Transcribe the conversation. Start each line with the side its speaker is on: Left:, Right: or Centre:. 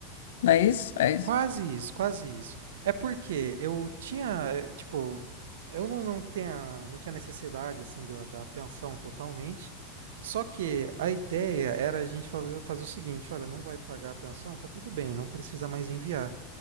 Left: não é isso? É isso.
Right: Quase isso, quase isso. É porque eu tinha, eh, tipo, eu não, não tinha, não tinha necessidade assim da, da pensão totalmente. Só que a ideia era a gente fazer, fazer o seguinte, olha, não vai pagar a pensão, tá tudo bem, não precisa mais enviar.